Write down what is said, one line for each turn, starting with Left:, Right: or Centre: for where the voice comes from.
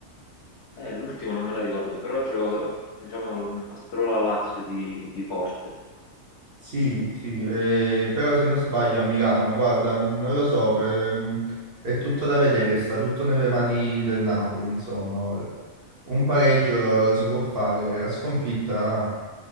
Left: eh, l'ultima non me la ricordo, però gioca, diciamo, solo la Lazio di, di Forte.
Right: Sì, sì, eh, però se non sbaglio a Milano, guarda, non lo so, per- è tutto da vedere, sta tutto nelle mani del Napoli, insomma, ora. Un pareggio lo, lo si può fare, la sconfitta